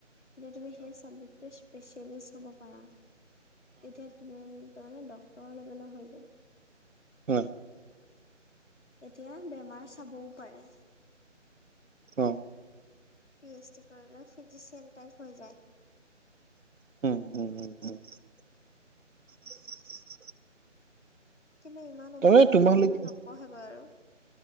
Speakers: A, on the left (about 65°); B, on the right (about 85°).
A: তেতিয়া তুমি সেই চাবজেক্ট স্পেচিয়েল হব পাৰা তেতিয়া তুমি তাৰ মানে ডক্টৰৰ লেভেলৰ হৈ যায়।
B: উম।
A: এতিয়া বেমাৰ চাবও পাৰে।
B: অ।
A: পিএইচডি কৰিলে ফিজিচিয়ান টাইপ হৈ যায়।
B: উম।
A: কিন্তু ইমান ওপৰলৈকে
B: তাৰমানে তোমালোকে
A: কোনেও নপঢ়ে গৈ আৰু।